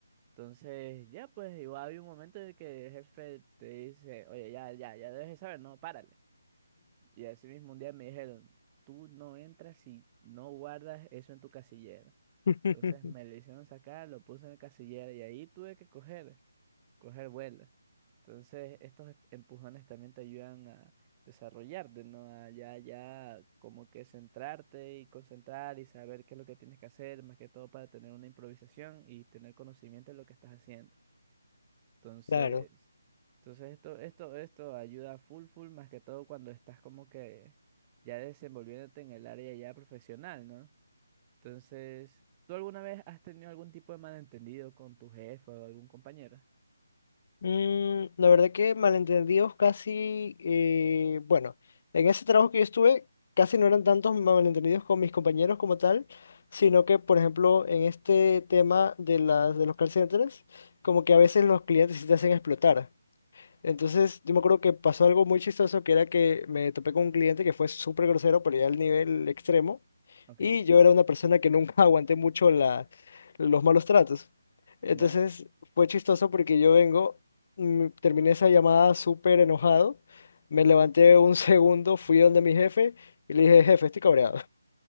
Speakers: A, on the right; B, on the left.
A: Entonces, ya pues, igual había un momento en el que el jefe te dice, oye, ya, ya, ya debes de saber, no, párale. Y así mismo un día me dijeron, tú no entras si no guardas eso en tu casillera.
B: <laughs>
A: Entonces me lo hicieron sacar, lo puse en el casillero y ahí tuve que coger, coger vuelo. Entonces estos e- empujones también te ayudan a desarrollarte, ¿no? A ya, ya como que centrarte y concentrar y saber qué es lo que tienes que hacer, más que todo para tener una improvisación y tener conocimiento de lo que estás haciendo. Entonces,
B: Claro.
A: entonces esto, esto, esto ayuda full, full, más que todo cuando estás como que ya desenvolviéndote en el área ya profesional, ¿no? Entonces, ¿tú alguna vez has tenido algún tipo de malentendido con tu jefe o algún compañero?
B: Mm, la verdad que malentendidos casi, eh, bueno, en ese trabajo que yo estuve, casi no eran tantos malentendidos con mis compañeros como tal, sino que, por ejemplo, en este tema de las, de los call centers, como que a veces los clientes sí te hacen explotar. Entonces, yo me acuerdo que pasó algo muy chistoso, que era que me topé con un cliente que fue súper grosero, pero ya al nivel extremo,
A: Ok,
B: y yo era una persona que nunca <laughs> aguanté mucho la, los malos tratos. Entonces,
A: ya,
B: fue chistoso porque yo vengo, mm, terminé esa llamada súper enojado, me levanté un <laughs> segundo, fui donde mi jefe y le dije, jefe, estoy cabreado.